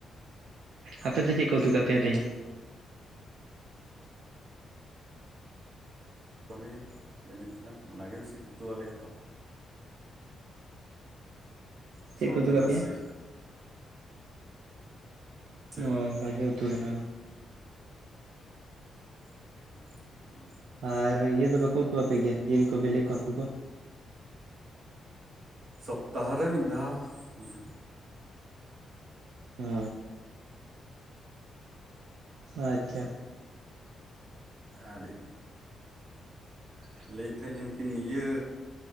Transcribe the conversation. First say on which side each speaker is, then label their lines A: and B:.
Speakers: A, on the right; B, on the right.
A: ᱟᱯᱮ ᱫᱚ ᱪᱮᱫ ᱠᱚ ᱩᱛᱩ ᱠᱟᱜ ᱯᱮᱭᱟ ᱛᱮᱦᱮᱸᱧ
B: ᱥᱚᱦᱟᱵᱤᱱ ᱡᱟᱹᱱᱤᱡ ᱠᱷᱟᱱ ᱚᱱᱟᱜᱮ ᱵᱤᱥᱤ ᱠᱚ ᱩᱛᱩ ᱟᱞᱮᱭᱟ ᱛᱚ ᱥᱚᱣᱟᱵᱤᱱ
A: ᱪᱮᱫ ᱠᱚ ᱩᱛᱩ ᱠᱟᱜ
B: ᱨᱟᱥᱮ
A: ᱯᱮᱭᱟ
B: ᱥᱮ
A: ᱚ ᱵᱷᱟᱜᱮ ᱩᱛᱩ ᱠᱟᱱᱟ
B: ᱦᱩ
A: ᱟᱨ ᱤᱭᱟᱹ ᱫᱚ ᱵᱟᱠᱚ ᱩᱛᱩᱜ ᱟᱯᱮᱜᱮᱭᱟ ᱡᱤᱞ ᱠᱚ ᱵᱤᱞᱤ ᱠᱚ ᱦᱟᱹᱠᱩ ᱠᱚ
B: ᱥᱚᱯᱛᱟᱦᱚ ᱨᱮ ᱢᱤᱫ ᱫᱷᱟᱣ ᱚᱱᱟ
A: ᱚ ᱟᱪᱪᱷᱟ
B: ᱟᱹᱰᱤ
A: <unintelligible>
B: ᱞᱟᱹᱭ ᱮᱫ ᱛᱟᱦᱮᱱᱧ ᱩᱱᱠᱤᱱ ᱤᱭᱟᱹ